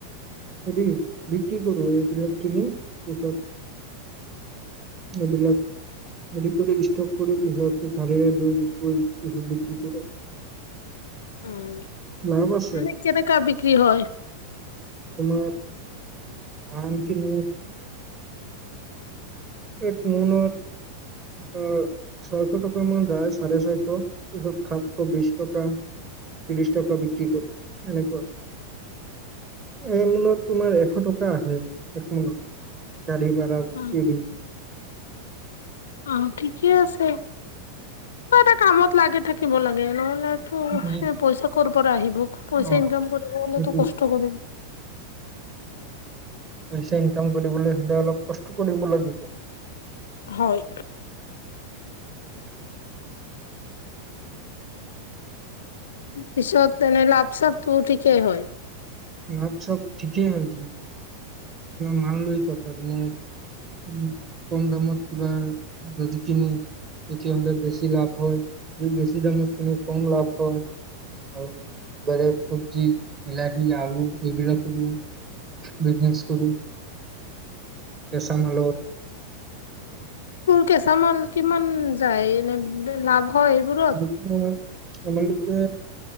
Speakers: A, on the right; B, on the left.
A: হেৰি বিক্ৰী কৰো এইবিলাক কিনি পিছত এইবিলাক হেৰি কৰি ষ্ট'ক কৰি পিছত গাড়ীৰে লৈ গৈ পিছত বিক্ৰী কৰো।
B: উম
A: লাভ আছে
B: মানে কেনেকা বিক্ৰী হয়?
A: তোমাৰ আনখিনি এক মোনত আহ ছয়শ টকা মান যায় চাৰে ছয়শ পিছত সাতশ বিশ টকা ত্ৰিশ টকা বিক্ৰী কৰে এনেকুৱাই এই মোনত তোমাৰ এশ টকা আহে এক মোনত গাড়ী ভাড়াও
B: অ
A: <unintelligible>
B: অ', ঠিকে আছে কিবা এটা কামত লাগি থাকিব লাগে নহ'লে পই
A: উম,
B: পইচা ক'ৰ পৰা আহিব পইচা
A: অ',
B: ইনকাম কৰিব হ'লেতো
A: সেইটোৱে,
B: কষ্ট কৰিম
A: পইচা ইনকাম কৰিবলৈ হ'লে অলপ কষ্ট কৰিব লাগিব।
B: হয়। পিছত এনেই লাভ-চাভটো ঠিকেই হয়
A: লাভ-চাপ ঠিকেই হয় তোমাৰ মাল লৈ কথা তোমাৰ উম কম দামত কিবা যদি কিনো তেতিয়াহ'লে বেছি লাভ হয় যদি বেছি দামত কিনো কম লাভ হয় আৰু বেলেগ চব্জি, বিলাহী, আলু এইবিলাকৰো বিজনেছ কৰো <unintelligible> তামোলৰ
B: কেচা মাল কিমান যায়, এনেই লাভ- হয় এইবোৰত
A: দুশ টকা তোমালোকে